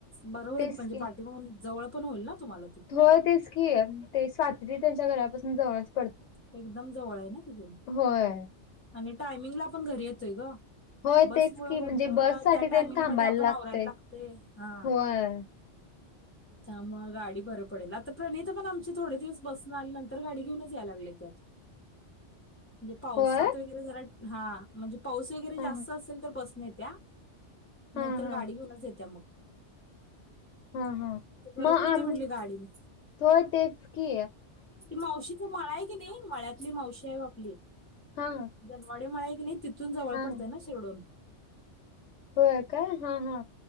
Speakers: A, on the left; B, on the left.
A: बरं होईल
B: तेच
A: म्हणजे पाठी बघून जवळ पण होईल ना तुम्हाला ती
B: हो तेच की ते स्वात्री त्यांच्या घरापासून जवळ असते
A: एकदम जवळ आहे ना तिथून
B: होय
A: आणि टायमिंगला आपण घरी येतोय ग
B: होय
A: बसमुळे
B: तेच की म्हणजे
A: भरपूर
B: बस
A: अ,
B: साठी
A: त्या
B: त्यां
A: टायमिंग
B: थांबायला
A: मध्ये आपण
B: लागते
A: आवरायला हा
B: होय ह
A: त्यामुळे गाडी भर पडेल आता प्रणिता पण आम थोडे दिवस बसं आल्यांत गाडी घऊनच याय लागत म्हणजे पावसात
B: होय
A: वगैरे जरा हा म्हणजे पाऊस वगैरे
B: ह
A: जास्त असेल तर बस न येत्या
B: ह
A: नाहीतर
B: ह
A: गाडी घेऊनच येत्या मग
B: हा हा
A: ते बरं
B: मग
A: पडतंय
B: आम्
A: म्हटली गाडीनं.
B: थोय तेच कि
A: त मावशी तर मळा आहे की नाही मळ्या आपली मावशी आहे बापली
B: हा
A: दनवाडे मळा आहे की नाही तिथून जवळ
B: हा
A: पडतंय ना शिरडोून
B: होय काय हा हा